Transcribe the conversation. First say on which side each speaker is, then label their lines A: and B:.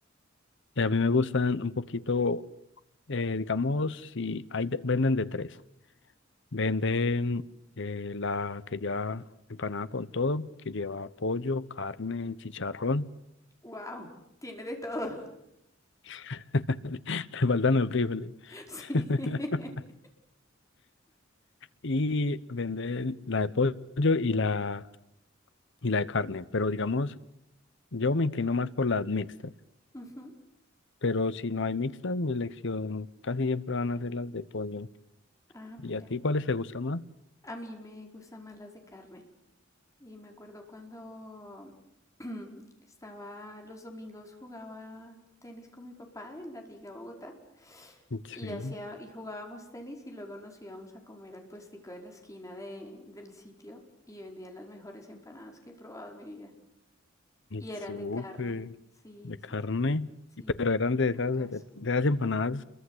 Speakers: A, on the left; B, on the left.
A: Y A mí me gustan un poquito Eh, digamos, si hay, de- venden de tres. Venden eh, la que lleva empanada con todo, que lleva pollo, carne, chicharrón.
B: Wow, tiene de todo.
A: <laughs> Le faltan los frijoles.
B: Sí.
A: <laughs>
B: <laughs>
A: Y venden la de pollo y la, y la de carne. Pero digamos, yo me inclino más por las mixtas.
B: Ujú.
A: Pero si no hay mixtas, mi elección casi siempre van a ser las de pollo.
B: Ah, mira.
A: ¿Y a ti cuáles te gustan más?
B: A mí me gustan más las de carne. Y me acuerdo cuando <clears throat> estaba los domingos jugaba tenis con mi papá en la Liga Bogotá
A: Sí,
B: y hacía y jugábamos tenis y luego nos íbamos a comer al puestico de la esquina de- del sitio y vendían las mejores empanadas que he probado en mi vida. Y eran
A: súper.
B: de carne. Sí,
A: de carne,
B: sí, sí. Sí,
A: y- pero eran
B: muy
A: de esas,
B: ricas.
A: de, de esas empanadas